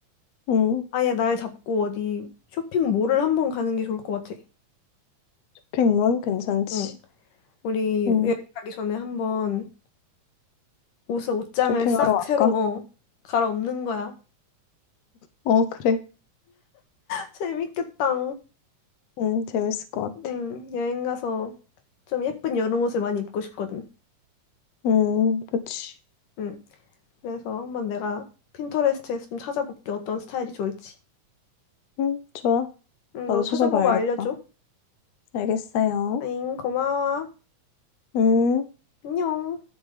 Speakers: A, on the left; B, on the left.
A: 응.
B: 아예 날 잡고 어디 쇼핑몰을 한번 가는 게 좋을 것 같아
A: 쇼핑몰 괜찮지.
B: 응 우리
A: 응.
B: 여행 가기 전에 한번 옷을 옷장을
A: 쇼핑하러
B: 싹
A: 갈까?
B: 새로 어 갈아엎는 거야
A: 어, 그래.
B: 재밌겠다.
A: 음, 재밌을 것 같아.
B: 응, 여행 가서 좀 예쁜 여름 옷을 많이 입고 싶거든.
A: 음, 그치.
B: 응, 그래서 한번 내가 핀터레스트에서 좀 찾아볼게. 어떤 스타일이 좋을지.
A: 음, 좋아.
B: 응,
A: 나도
B: 너도 찾아보고
A: 찾아봐야겠다.
B: 알려줘.
A: 알겠어요.
B: 아잉, 고마워.
A: 음.
B: 안녕.